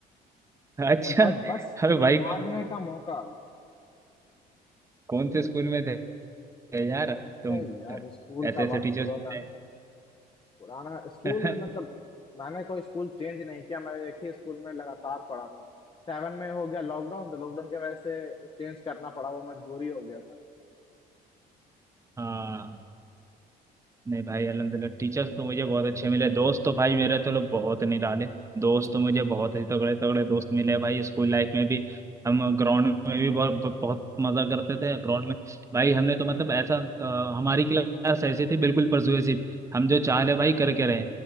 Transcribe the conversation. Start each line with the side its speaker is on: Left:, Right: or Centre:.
Right: <laughs> अच्छा
Left: और भाई बस
Right: अरे भाई
Left: मारने
Right: कौन,
Left: का मौका
Right: कौन से स्कूल में थे यार
Left: अरे
Right: तुम
Left: यार स्कूल
Right: ऐसे
Left: का बात
Right: ऐसे टीचर्स
Left: छोड़ो ना
Right: थे
Left: पुराना स्कूल
Right: <laughs>
Left: मतलब मैंने कोई स्कूल चेंज नहीं किया मैं एक ही स्कूल में लगातार पढ़ा था सेवन में हो गया लॉकडाउन तो लॉकडाउन के वजह से चेंज करना पड़ा वो मजबूरी हो गया था
Right: हाँ नहीं भाई अलहमदिल्ला टीचर्स तो मुझे बहुत अच्छे मिले दोस्त तो भाई मेरे तो लोग बहुत निराले दोस्त तो मुझे बहुत ही तगड़े तगड़े दोस्त मिले भाई स्कूल लाइफ में भी हम ग्राउंड में भी बहुत बहुत मजा करते थे ग्राउंड में भाई हमने तो मतलब ऐसा अ, हमारी क्लास ऐसी थी बिल्कुल परसुएसिव हम जो चाह ले भाई करके रहे